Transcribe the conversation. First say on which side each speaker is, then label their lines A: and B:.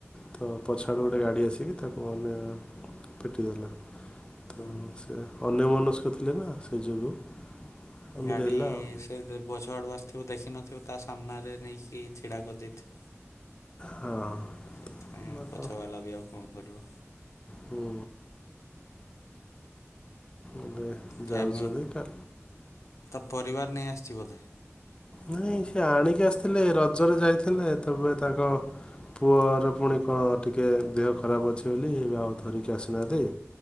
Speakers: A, on the left; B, on the left.
A: ତ ପଛାଡ଼ୁ ଗୋଟେ ଗାଡ଼ି ଆସିକି ତାକୁ ମାନେ ପିଟି ଦେଲା ତ
B: ହୁଁ
A: ସେ ଅନ୍ୟ ମନସ୍କ ଥିଲେ ନା ସେ ଯୋଗୁଁ ଏମିତି
B: ଗାଡ଼ି
A: ହେଲା
B: ସେ
A: ଆଉ
B: ପଛ ଆଡୁ ଆସିଥିବ। ତ ଦେଖିନଥିବୁ ତା ସାମ୍ନାରେ ନେଇକି ଛିଡ଼ା କରିଦେଇଥିବ।
A: ହଁ
B: ଆ ସେଇଥିପାଇଁ
A: ହଁ,
B: ପଛ ବାଲା ବି ଆଉ। କଣ କରିବା।
A: ହୁଁ। ଏବେ
B: ଫ୍ୟାମି
A: ଯାଉଛନ୍ତି କା
B: ତା ପରିବାର ନେଇ ଆସିଛି ବୋଧେ।
A: ନାଇଁ ସେ ଆଣିକି ଆସିଥିଲେ ରଜରେ ଯାଇଥିଲେ ତବେ ତାଙ୍କ ପୁଅର ପୁଣି କଣ ଟିକେ ଦେହ ଖରାପ ଅଛି ବୋଲି ଏବେ ଆଉ ଧରିକି ଆସିନାହାନ୍ତି।